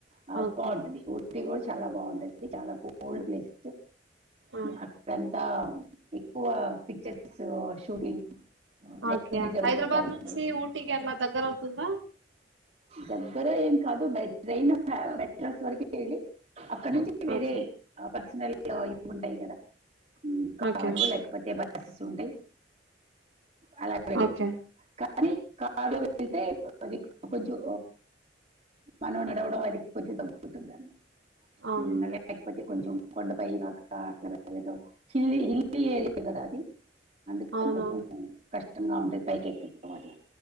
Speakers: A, on the right; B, on the right.
A: ఆ
B: ఓకే
A: బాగుంటది ఊటీ కూడా చాలా బాగుంటది చాల కోల్డ్ ప్లేస్
B: ఆ
A: అక్కడంతా ఎక్కువ పిక్చర్స్ షూటింగ్
B: ఓకే
A: అవన్నీ జరుగుతూ
B: హైదరాబాద్
A: ఉంటాయి
B: నుంచి ఊటీకి ఎట్లా దగ్గరవుతుందా
A: దగ్గర ఏం కాదు బై ట్రైన్ మెట్రస్ వరకి వెళ్ళి అక్కడ నుంచి వేరే
B: ఓకే
A: పర్సనల్ ఇ ఉంటాయి కదా కారు
B: ఓకే
A: లేకపోతే బస్సెస్ ఉంటే అలాగ వెళచ్చు
B: ఓకే
A: కా కానీ కారు లో వెళ్తే అది కొంచెం మనం నడవడం అది కొంచెం తగ్గుతుంది అనీ
B: అవును
A: లేకపోతే కొంచెం కొండపై నాక అట్లా వెళ్ళట హిల్లీ హిల్లీ ఏరియా కదా అది అందుకని
B: అవునవును
A: కొంచెం కష్టంగా ఉంటయి పైకి ఎక్కడం వాట్ల